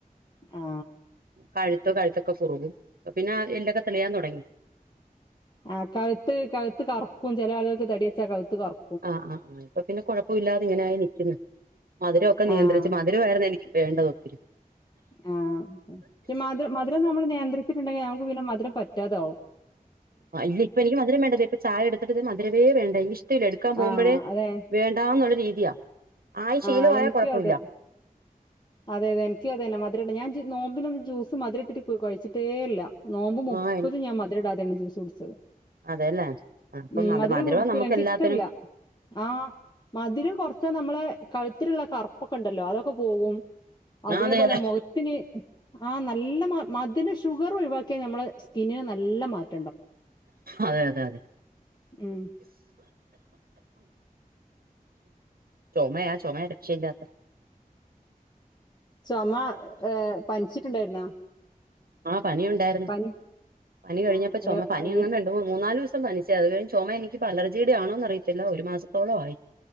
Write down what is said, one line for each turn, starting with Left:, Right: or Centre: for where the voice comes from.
Left: ആ
Right: കഴുത്ത് കഴുത്തൊക്കെ കുറുകും. പിന്നെ എല്ലൊക്കെ തെളിയാൻ തൊടങ്ങി
Left: ആഹ് കഴുത്ത് കഴുത്ത് കറക്കും. ചില ആളുകൾക്ക് തടി വെച്ചാ കഴുത്ത് കറു
Right: ആ ആ ആ ഇപ്പൊ പിന്നെ കൊഴപ്പമില്ലാതെ ഇങ്ങനെ ആയി നൽക്കുന്നു. മധുരമൊക്കെ നിയന്ത്രിച്ച്
Left: ആ
Right: മധു മധുരവായിരുന്നു എനിക്ക് വേണ്ടത് ഒത്തിരി
Left: ആഹ് മധുര മധുരം നമ്മള് നിയന്ത്രിച്ചിട്ടുണ്ടെങ്കിൽ ഞമ്മുക്ക് പിന്നെ മധുരം പറ്റാതെ ആവും.
Right: ആഹ് ഇല്ല ഇപ്പൊ എനിക്ക് മധുരം വേണ്ടല്ലോ. ഇപ്പോ ചായ എടുത്തിട്ട് മധുരവേ വേണ്ട. എനിക്ക് ഇഷ്ടമില്ല എടുക്കാൻ പോകുമ്പഴേ
Left: ആഹ് അതെ
Right: വേണ്ടാന്നുള്ള രീതിയാ ആയി ശീലവായ
Left: ആഹ് എനിക്കും
Right: കൊഴപ്പൊവില്ല
Left: അതെ അതെ അതെ എനിക്ക് അത് തന്നെ മധുരമിട്ട് ഞാൻ നോമ്പിനൊന്നും ജ്യൂസ് മധുരഇട്ടിട്ട് കഴിച്ചിട്ടേ ഇല്ല നോമ്പ് മുപ്പതും
Right: ആഹ്
Left: ഞാൻ മധുരമിടാതെ യാണ് ജ്യൂസ് കുടിച്ചത്.
Right: അതെല്ലേ ആഹ് അപ്പം
Left: ഉം
Right: അത്
Left: മധുരംകുടിക്കൂല
Right: മധുരവാ നമുക്ക്
Left: എനക്ക്
Right: എല്ലാത്തിനും
Left: ഇഷ്ടമില്ല. ആഹ് മധുരം കൊറച്ചാ നമ്മളെ കഴുത്തിലുള്ള കറുപ്പൊക്കെ ഇണ്ടല്ലോ അതൊക്കെ പോകും അതേ
Right: അതെ
Left: പോലെ
Right: അതെ
Left: മുഖത്തിന് ആ നല്ല മധുരം ഷുഗർ ഒഴിവാക്കിയ നമ്മളെ സ്കിന്നിന് നല്ല മാറ്റ
Right: അതെ അതെ അതെ
Left: ഉം
Right: ചൊമയാ ചൊമയാ രക്ഷയില്ലാത്ത
Left: ചുമ ഏഹ് പനിച്ചിട്ടുണ്ടായിരുന്നോ?
Right: ആഹ് പനി ഉണ്ടായിരുന്നു.
Left: പനി
Right: പനി കഴിഞ്ഞപ്പോ
Left: ആഹ്
Right: ചുമ പനി
Left: അയിൽ
Right: അങ്ങനെ ഉണ്ട മൂന്നാല് ദിവസ പനിച്ചേ അത് കഴിഞ്ഞ് ചുമ എനിക്കിപ്പോ അലജിയുടെ ആണോ അറിയത്തില്ല. ഒരു മാസത്തോളം ആയി.